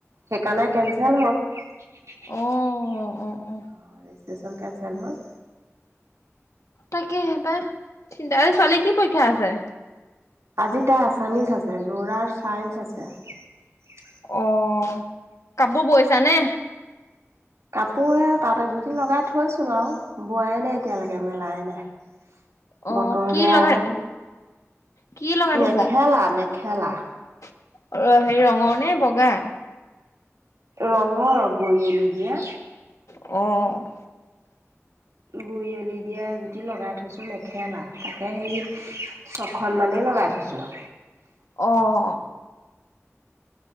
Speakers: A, on the right; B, on the left.
A: সেইকাৰণে কেঞ্চেল হ'ল। অহ, ৰেজষ্ট্ৰচন
B: অ', অ', অ',
A: কেচেল হ'ল।
B: তাকে সব চিন্তা আৰু ছোৱালীৰ কি পৰীক্ষা আছে।
A: আজি তাইৰ আছামিছ আছে ল'ৰাৰ চাইন্ঞ্চ আছে।
B: অ', কাপোৰ বৈছা নে?
A: কাপোৰ হে তাতে জুতি লগাই থৈছো বাৰু বোৱাই নাই এতিয়ালৈকে মেলাই নাই।
B: অ',
A: বতৰ
B: কি
A: বেয়া
B: লগাই
A: হ'ল।
B: কি লগাই
A: মেখেলা
B: থৈছা?
A: - মেখেলা।
B: অ, হেৰি ৰঙৰ নে বগা।
A: ৰঙৰ গৰিয়লি দিয়া।
B: অ',
A: গুৰি অলি দিয়া যুদি লগা থৈছো মেখেলা তাকে সেই ছখনমানেই লগাই থৈছো।
B: অ',